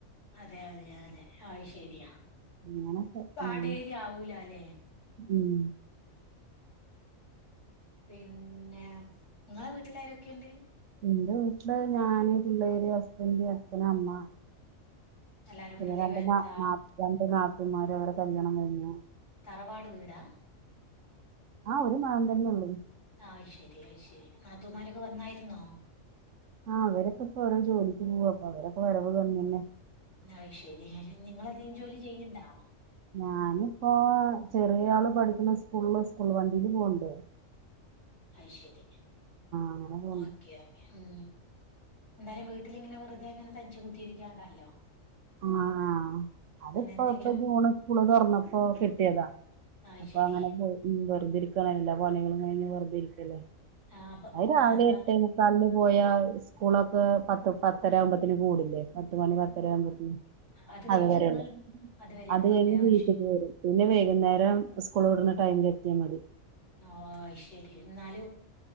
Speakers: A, on the left; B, on the right.
A: അതെ അതെ അതെ അത് ശരിയാ
B: അങ്ങനെയൊക്കെ
A: പാടേരി
B: ഉം
A: ആവൂലാലേ
B: ഉം
A: പിന്നെ നിങ്ങളെ വീട്ടിൽ ആരക്കെണ്ട്
B: എന്റെ വീട്ടില് ഞാന് പിള്ളേര് ഹസ്ബന്റ് അച്ഛന അമ്മ
A: എല്ലാരും
B: പിന്നെ
A: ഉണ്ടല്ലേ
B: രണ്ട്
A: എത്താ
B: ന രണ്ട് നാത്തൂൻമാര് അവരടെ കല്യാണം കഴിഞ്ഞു
A: തറവാട് വീടാ
B: ആഹ് ഒരു മാം തന്നെ ഉള്ളൂ
A: അ് ശരി അത് ശരി നാത്തൂമാരൊക്കെ വന്നായിരുന്നോ
B: ആഹ് അവരൊക്കെ ഇപ്പൊ ഓരോ ജോലിക്ക് പോവാ അപ്പൊ അവരൊക്കെ വരവ് <unintelligible>
A: എന്ന ശരി നിങ്ങള് ന്തെങ്കിലും ജോലി ചെയ്യണ്ടാ
B: ഞാനിപ്പോ ചെറിയ ആള് പഠിക്കുന്ന സ്കൂളില് സ്കൂള് വണ്ടിയില് പോവണ്ട്
A: അയ് ശരി
B: അങ്ങനെ പോണ്ട്
A: ഓക്കെ ഓേ ഉം എന്തായാലും വീട്ടിലിങ്ങനെ വെറുതെ അങ്ങനെ തനിച് കൂത്തിയിരികണ്ടല്ലോ
B: ആ ആഹ അതിപ്പോ
A: എന്തെങ്കിലും
B: ഇപ്പ ജൂൺ സ്കൂള് തുറന്നപ്പോ കിട്ടിയതാ
A: അത്
B: അപ്പൊ
A: ശരി
B: അങ്ങനെ പോയി വരുദെ ഇരിക്ക എല്ലാ പണികളും കഴിഞ് വെറുതിരിക്ക
A: ആ അപ്പൊ
B: അത് രാവിലെ
A: അതാ
B: എട്ടേമുക്കാലിനു പോയാൽ സ്കൂളൊക്കെ പത്ത് പത്തര ആവുമ്പത്തിന് കൂടില്ലേ പത്ത് മണി പത്തരവുമ്പത്ത
A: അത് കഴിഞ്ഞാ
B: അതുവരെഴുള്ള
A: നിങ്ങൾ അതുവരെ
B: അത്
A: ഉള്ളൂല്ലേ
B: കഴിഞ്ഞു
A: ആവശ്യം
B: വീട്ടിൽ പോരും പിന്നെ വൈകുന്നേരം സ്കൂൾ വിടുന്ന ടൈമിൽ എത്തിയാൽ മതി
A: ഓഅയ് ശരി എന്നാലും